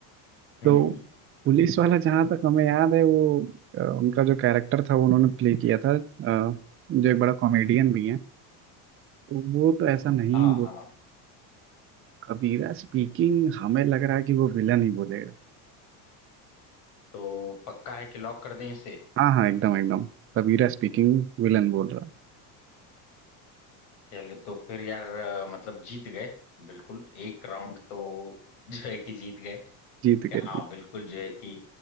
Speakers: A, on the left; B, on the right.
A: हम्म
B: तो
A: हम्म
B: पुलिस वाला जहाँ तक हमें याद है वो अ, उनका जो कैरेक्टर था वो उन्होंने प्ले किया था अ, जो एक बड़ा कॉमेडियन भी है तो वो तो ऐसा नहीं
A: हाँ
B: बोल
A: हाँ
B: कबीरा स्पीकिंग हमें लग रहा है कि वो विलन ही बोलेगा
A: तो पक्का है कि लॉक कर दें इसे
B: हाँ हाँ एकदम एकदम सबीरा स्पीकिंग विलन बोल रहा
A: चलो तो फिर यार अ, मतलब जीत गए बिल्कुल एक राउंड तो <laughs> जो है कि जीत गए
B: जीत गए
A: हाँ
B: जीत
A: बिल्कुल जो है कि